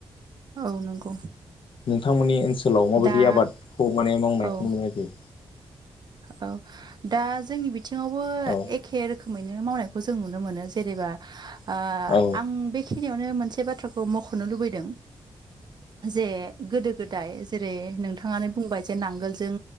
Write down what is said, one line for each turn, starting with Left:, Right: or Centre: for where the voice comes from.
Right: औ नंगौ
Left: नोंथांमोननिओनसोलाव माबायदि
Right: दा
Left: आबादखौ माने मावनायखौ
Right: औ
Left: नुनाय जायो
Right: औ दा जोंनि बेथ थिङावबो
Left: औ
Right: एखे रोखोमैनो मावनायखौ खौ जों नुनो मोनो जेनेबा आ
Left: औ
Right: आं बे मोनसे बाथ्राखौ मख'नो लुबैदों जे गोदो गोदाय जेरै नोंथाङानो बुंबाय जे नांगोलजों